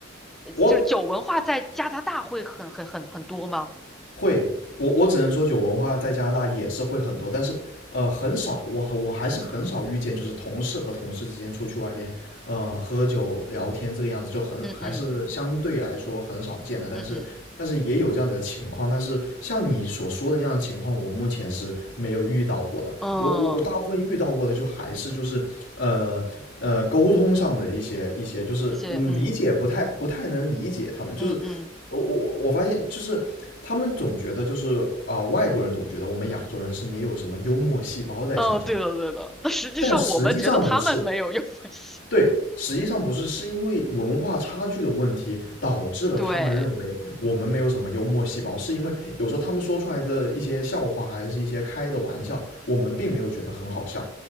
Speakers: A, on the left; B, in the centre.
A: 我
B: 就是酒文化在加拿大会很很很很多吗？
A: 会，我我只能说酒文化在加拿大也是会很多，但是呃很少，我我还是很少遇见，就是同事和同事之间出去外面呃喝酒聊天这个样子，就很还是相对来说很少见的，
B: 嗯嗯
A: 但是但是也有这样子的情况，
B: 嗯嗯
A: 但是像你所说的那样的情况，我目前是没有遇到过的，
B: 嗯，
A: 我我我大部分遇到过的就还是就是呃呃沟通上的一些一些，就是嗯理解不太不太能理解他们，
B: 一些嗯
A: 就是
B: 嗯嗯。
A: 我我我发现就是他们总觉得就是啊、呃外国人总觉得我们亚洲人是没有什么幽默细胞在身上，
B: 哦，对的对的，那实际上我们觉得他们没有用
A: 但实际上不是，
B: <laughs> 过西
A: 对，实际上不是，是因为文化差距的问题导致了他们认为我们没有什么幽默细胞，
B: 对，
A: 是因为有时候他们说出来的一些笑话还是一些开的玩笑，我们并没有觉得很好笑，